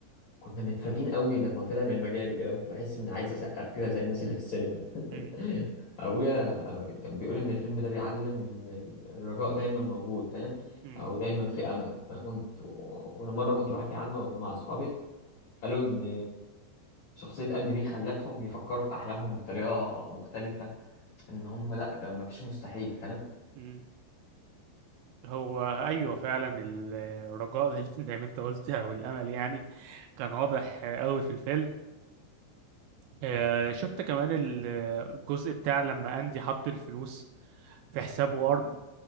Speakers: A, on the left; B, on the right.
A: كنا متفاجئين قوي لما طلع من المجال كده كنت بحس اني عايز اسقف كده زي الناس اللي في السينما
B: امم
A: <laughs> ابويا كان بيقول ان الفيلم ده بيعلم ان الرجاء دايما موجود فاهم
B: امم
A: او دايما في امل انا كنت وانا مره كنت بحكي عنه مع اصحابي قالوا ان شخصيه اندي دي خلتهم يفكروا في احلامهم بطريقه مختلفه ان هم لا ده مفيش مستحيل فاهم
B: امم هو ايوه فعلا الرجاء زي <laughs> زي ما انت قلت او الامل يعني كان واضح قوي في الفيلم آه، شفت كمان ال- الجزء بتاع لما اندي حط الفلوس في حساب وارن